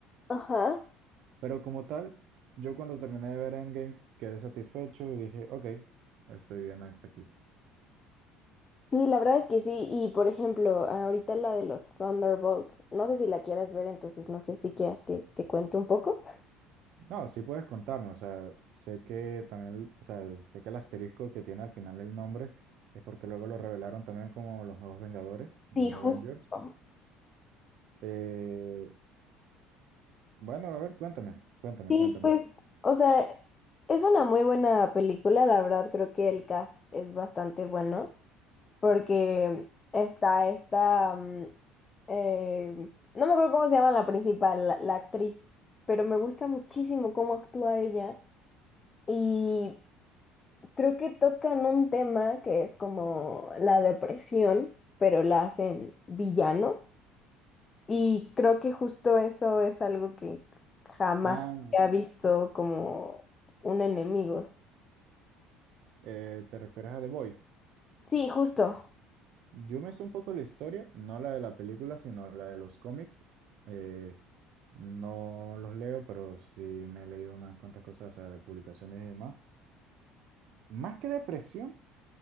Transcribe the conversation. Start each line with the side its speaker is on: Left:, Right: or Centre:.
Left: ajá.
Right: Pero como tal, yo cuando terminé de ver Endgame quedé satisfecho y dije, ok, estoy bien hasta aquí.
Left: Sí, la verdad es que sí. Y por ejemplo, ahorita la de los Thunderbolts, no sé si la quieras ver, entonces no sé si quieras que te cuente un poco.
Right: No, sí puedes contarme, o sea, sé que también, o sea, sé que el asterisco que tiene al final el nombre es porque luego lo revelaron también como los nuevos Vengadores,
Left: Sí,
Right: The New
Left: justo.
Right: Avengers. Eh, bueno, a ver, cuéntame, cuéntame,
Left: Sí,
Right: cuéntame.
Left: pues, o sea, es una muy buena película, la verdad, creo que el cast es bastante bueno, porque está esta, mm, eh, no me acuerdo cómo se llama la principal, la, la actriz, pero me gusta muchísimo cómo actúa ella y creo que tocan un tema que es como la depresión, pero la hacen villano. Y creo que justo eso es algo que jamás
Right: Ah,
Left: había visto como un enemigo.
Right: eh, ¿te refieres a The Void?
Left: Sí, justo.
Right: Yo me sé un poco la historia, no la de la película, sino la de los cómics. Eh, no los leo, pero sí me he leído unas cuantas cosas, o sea, de publicaciones y demás. Más que depresión,